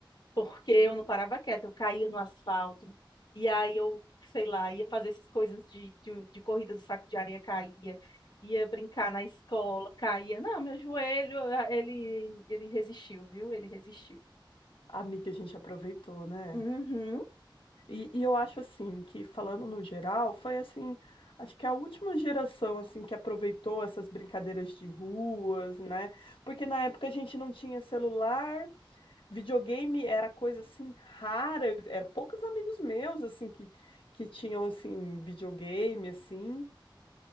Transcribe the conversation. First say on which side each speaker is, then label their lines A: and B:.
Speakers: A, on the left; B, on the left.
A: porque eu não parava quieta, eu caía no asfalto, e aí eu, sei lá, ia fazer essas coisas de, de, de corrida do saco de areia, caía, ia brincar na escola, caía. Não, meu joelho, ah, ele, ele resistiu, viu? Ele resistiu.
B: Amiga, a gente aproveitou, né?
A: Uhum.
B: E, e eu acho assim que falando no geral, foi assim, acho que a última geração assim que aproveitou essas brincadeiras de ruas, né? Porque na época a gente não tinha celular, videogame era coisa assim rara, era poucos amigos meus assim que que tinham assim videogame assim